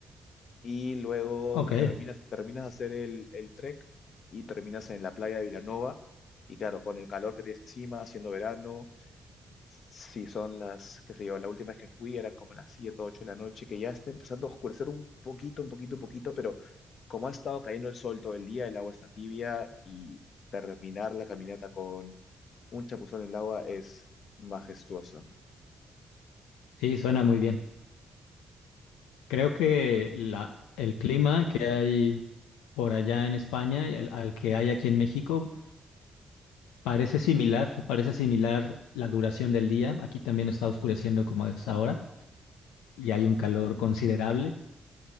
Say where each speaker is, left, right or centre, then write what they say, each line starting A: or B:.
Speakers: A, on the left; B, on the left.
A: y luego
B: Ok,
A: terminas, terminas de hacer el, el trek y terminas en la playa de Vilanova. Y claro, con el calor que tienes encima, siendo verano, si son las, qué sé yo, la última vez que fui eran como las 7 o 8 de la noche, que ya está empezando a oscurecer un poquito, un poquito, un poquito, pero como ha estado cayendo el sol todo el día, el agua está tibia y terminar la caminata con un chapuzón en el agua es majestuoso.
B: sí, suena muy bien. Creo que la, el clima que hay por allá en España, el- al que hay aquí en México, Parece similar, parece similar la duración del día. Aquí también está oscureciendo como es ahora y hay un calor considerable.